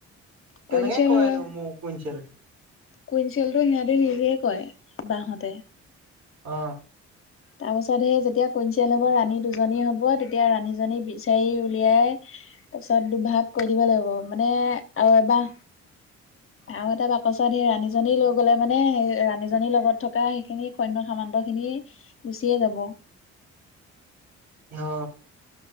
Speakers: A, on the right; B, on the left.
A: কেনেকে
B: কুইনচেল
A: কৰেনো
B: হ'লে
A: মৌ কুইণ্টেল
B: কুইনচেলটো সিহঁতি নিজে কয় বাহতে।
A: অ।
B: তাৰ পাছত হেই যেতিয়া কুইনচেল হ'ব, ৰাণী দুজনী হ'ব, তেতিয়া ৰাণীজনী বিচাৰি উলিয়াই তাৰপিছত দুভাগ কৰি দিব লাগিব। মানে আৰু এবাহ আৰু এটা বাকচত সেই ৰাণীজনী লৈ গ'লে মানে সেই ৰাণীজনীৰ লগত থকা সেইখিনি সৈন্য সামান্ত খিনি গুচিয়ে যাব।
A: অ